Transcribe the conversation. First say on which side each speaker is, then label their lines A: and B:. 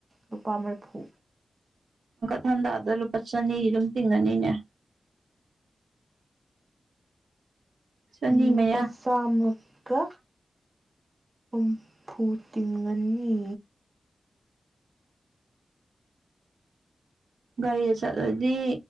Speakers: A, on the right; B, on the right.
A: ꯔꯄꯥꯥ ꯃꯔꯐꯨ
B: ꯊꯟꯗꯥꯗ ꯂꯨꯄꯥ ꯆꯅꯤ ꯑꯗꯨꯨꯝ ꯇꯤꯡꯉꯅꯤꯅꯦ ꯆꯅꯤ
A: ꯎꯝ ꯂꯨꯄꯥ
B: ꯃꯌꯥ
A: ꯋꯥꯝ ꯃꯨꯛ ꯀ ꯍꯨꯝꯐꯨ ꯇꯤꯡꯉꯅꯤ
B: ꯒꯥꯔꯤꯗ ꯆꯠꯂꯗꯤ